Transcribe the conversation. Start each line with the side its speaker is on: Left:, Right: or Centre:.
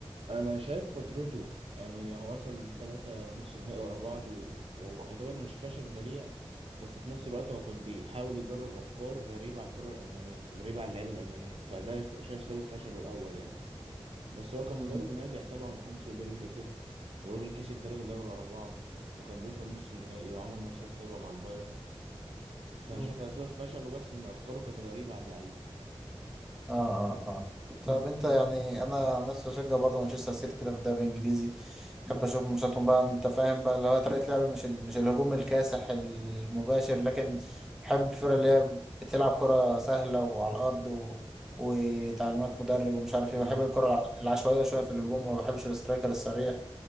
Right: أنا شايف فترته يعني هو وصل تلاتة نص نهائي ورا بعض و- ويعتبر مش فشل ذريع بس في نفس الوقت هو كان بيحاول يجرب أفكار غريبة على الكرة الألمانية غريبة على اللعيبة الألمانية فده شايف سبب فشله الأول يعني بس هو كان مدرب
Centre: مم.
Right: ناجح طبعا محدش يقدر ينكر كده وراجل كسب ثلاثة دوري ورا بعض وكان بيوصل نص النهائي وعمل ماتشات حلوة مع البايرن فأنا
Centre: مم.
Right: شايف أسباب فشله بس إن أفكاره كانت غريبة على اللعيبة
Centre: اه اه اه طب انت يعني انا عن نفسي بشجع برضه مانشستر سيتي كده في الدوري الانجليزي بحب اشوف ماتشاتهم بقى انت فاهم بقى اللي هو طريقه لعب مش ال... مش الهجوم الكاسح المباشر لكن بحب الفرق اللي هي بتلعب كره سهله وعلى الارض و... وتعليمات مدرب ومش عارف
Right: امم
Centre: ايه بحب الكره الع- العشوائيه شويه في الهجوم وما بحبش الاسترايكر السريع